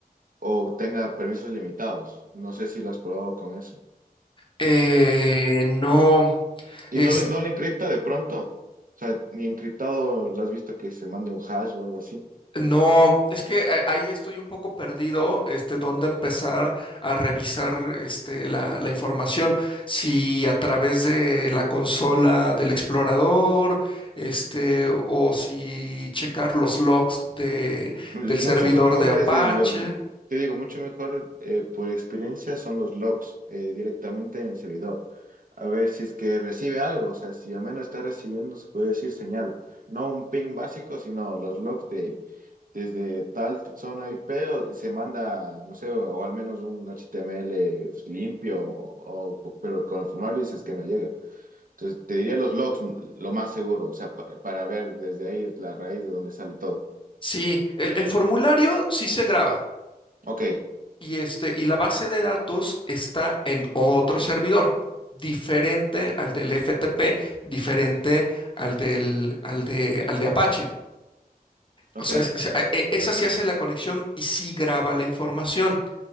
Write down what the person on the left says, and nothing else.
Eh, no,
es
No, es que a- ahí estoy un poco perdido, este, dónde empezar a revisar, este, la, la información. Si a través de la consola del explorador, este, o si checar los logs de,
del servidor
de Apache.
Sí, el, el formulario sí se graba.
Y, este, y la base de datos está en otro servidor, diferente al del FTP, diferente al del, al de, al de Apache.
O sea, es- es- e- esa sí hace la conexión y sí graba la información.